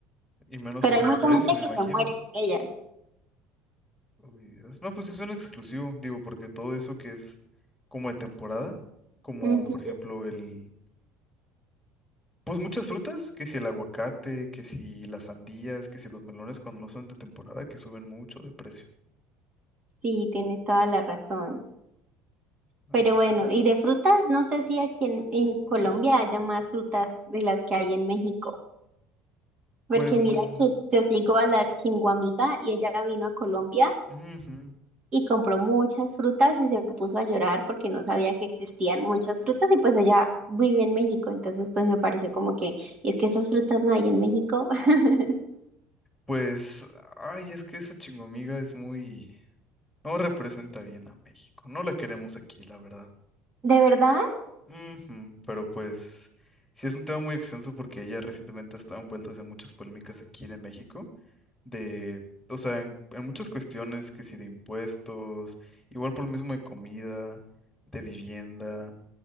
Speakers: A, in the centre; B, on the right.
A: Y menos
B: Pero
A: por
B: hay mucha
A: el precio,
B: gente
A: me
B: que
A: imagino.
B: se muere por ellas.
A: Uy, Dios. No, pues es un exclusivo, digo, porque todo eso que es como de temporada, como
B: Ujú.
A: por ejemplo el Pues muchas frutas, que si el aguacate, que si las sandías, que si los melones cuando no son de temporada, que suben mucho de precio.
B: Sí, tienes toda la razón.
A: Ay,
B: Pero bueno,
A: Dios.
B: y de frutas, no sé si aquí en, en Colombia haya más frutas de las que hay en México. Porque
A: Pues, mm,
B: mira que yo sigo a la chinguamiga y ella vino a Colombia
A: ujú,
B: y compró muchas frutas y se puso a llorar porque no sabía que existían muchas frutas y pues ella vive en México. Entonces pues me pareció como que, y es que esas frutas no hay en México. <laughs>
A: Pues, ay, es que esa chingomiga es muy... No representa bien a México. No la queremos aquí, la verdad.
B: ¿De verdad?
A: Ujú, Pero pues, sí es un tema muy extenso porque ella recientemente ha estado envuelta en muchas polémicas aquí de México. de, o sea, en, en muchas cuestiones que si de impuestos, igual por lo mismo de comida, de vivienda,